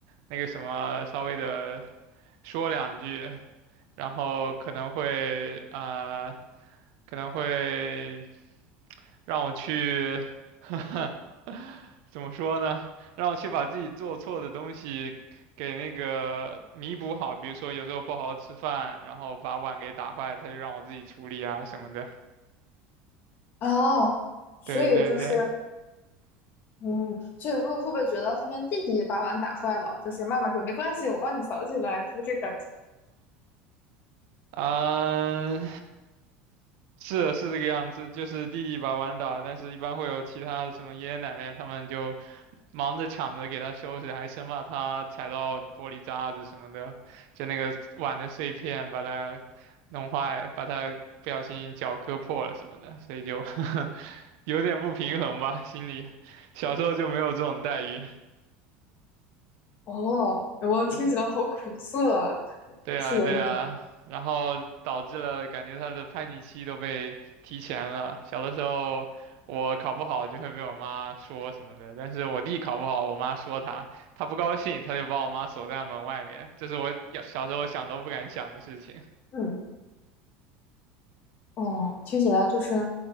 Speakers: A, on the right; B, on the left.
A: 那个什么，稍微的说两句，然后可能会呃可能会让我去，<laughs> 怎么说呢？让我去把自己做错的东西给那个弥补好，比如说有时候不好好吃饭，然后把碗给打坏，他就让我自己处理啊什么的。
B: 哦，所以就是
A: 对对对。
B: 嗯，所以会会不会觉得后面弟弟把碗打坏了，就是妈妈说没关系，我帮你扫起来，是不是这个感觉？
A: 啊，是是这个样子，就是弟弟把碗打，但是一般会有其他的什么爷爷奶奶他们就忙着抢着给他收拾，还生怕他踩到玻璃渣子什么的，就那个碗的碎片把它弄坏，把它不小心脚割破了什么的，所以就 <laughs> 有点不平衡吧，心里小时候就没有这种待遇，
B: 哦，我听起来好苦涩啊，
A: 对。对啊，
B: 是有一点，
A: 对啊，然后导致了感觉他的叛逆期都被提前了。小的时候我考不好就会被我妈说什么的，但是我弟考不好，我妈说他，他不高兴，他就把我妈锁在门外面，这是我小小时候想都不敢想的事情。
B: 嗯。哦，听起来就是